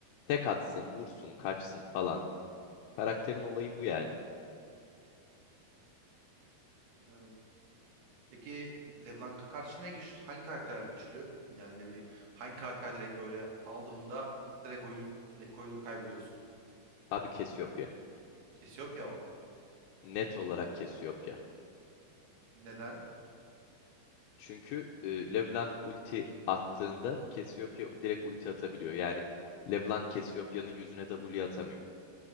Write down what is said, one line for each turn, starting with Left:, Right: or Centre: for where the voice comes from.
Left: tek atsın, vursun, kaçsın falan. Karakterin olayı bu yani.
Right: Bilmiyorum. Peki LeBlanc'a karşı ne güç, hangi karakterler güçlü? Yani ne bileyim. Hangi karakter direkt böyle aldığında direkt oyunu koridoru kaybediyorsun?
Left: Abi Cassiopeia.
Right: Cassiopeia mı?
Left: Net olarak Cassiopeia.
Right: Neden?
Left: Çünkü e, LeBlanc ulti attığında Cassiopeia direkt ulti atabiliyor. Yani LeBlanc Cassiopeia'nın yüzüne W atamıyor.